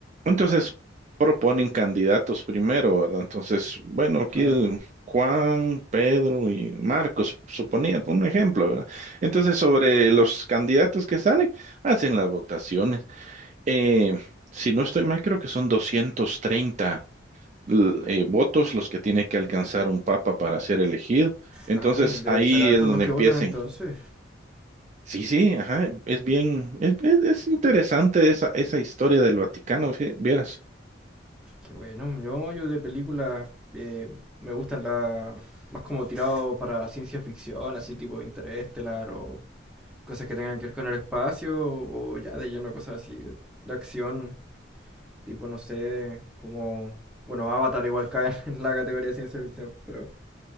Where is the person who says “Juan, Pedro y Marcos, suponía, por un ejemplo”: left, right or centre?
Right